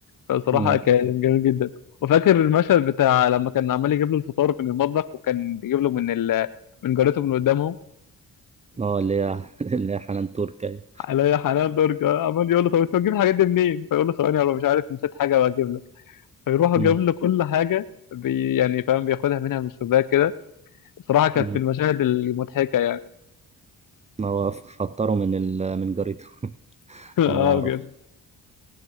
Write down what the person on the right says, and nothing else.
مم.
اه اللي هي <laughs> اللي هي حنان ترك أيوة.
مم.
مم.
هو فطره من ال... من جاريته <laughs>
هو ما يعرفش